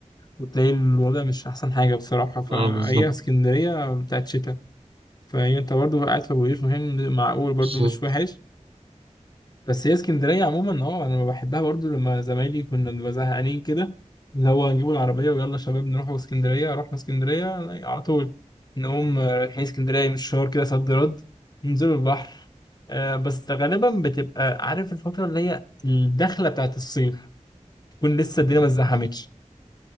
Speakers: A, on the left (about 30°); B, on the right (about 45°).
A: وتلاقي الوضع مش أحسن حاجة بصراحة فهي
B: اه بالظبط
A: اسكندرية بتاعت شتاء فهي أنت برضو قاعد في أبو قير فاهم معقول برضو
B: بالظبط
A: مش وحش بس هي اسكندرية عموما اه أنا بحبها برضو لما زمايلي كنا بنبقى زهقانين كده اللي هو نجيبوا العربية ويلا شباب نروحوا اسكندرية رحنا اسكندرية على طول نقوم آه، رايحين اسكندرية من الشهر كده صد رد ننزلوا البحر آه، بس غالبا بتبقى عارف الفترة اللي هي الدخلة بتاعت الصيف تكون لسه الدنيا ما اتزحمتش